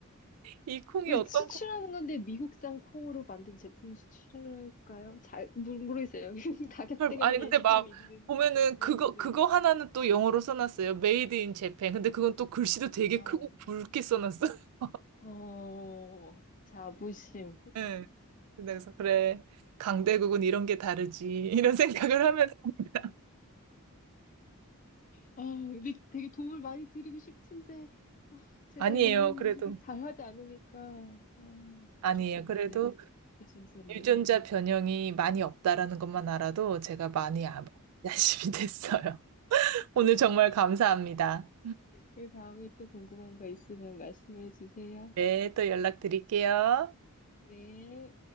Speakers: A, on the right; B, on the left.
A: 이 콩이
B: 왜
A: 어떤
B: 수출하는
A: 콩?
B: 건데 미국산 콩으로 만든 제품 수출할까요? 잘 모르, 모르겠어요. <laughs> 가격대가
A: 잘- 아니
B: 그냥
A: 근데
B: 조금
A: 막
B: 있는
A: 보면은
B: 거면
A: 그거
B: 네.
A: 그거 하나는 또 영어로 써놨어요. Made in Japan. 근데 그건 또 글씨도 되게
B: 아,
A: 크고 굵게 써놨어. <laughs>
B: 어, 자부심.
A: 네. 그래서 그래 강대국은 이런 게 다르지 <laughs> 이런 생각을 하면서 <laughs>
B: 아, 근데 되게 도움을 많이 드리고 싶은데 아, 제가
A: 아니에요.
B: 일본
A: 그래도
B: 음식을 잘하지 않으니까 아,
A: 아니에요.
B: 조금
A: 그래도
B: 네, 죄송스럽네요.
A: 유전자 변형이 많이 없다라는 것만 알아도 제가 많이 아- 야심이 됐어요. <laughs> 오늘 정말 감사합니다.
B: 네, 다음에 또 궁금한 거 있으면 말씀해 주세요.
A: 네, 또 연락드릴게요.
B: 네.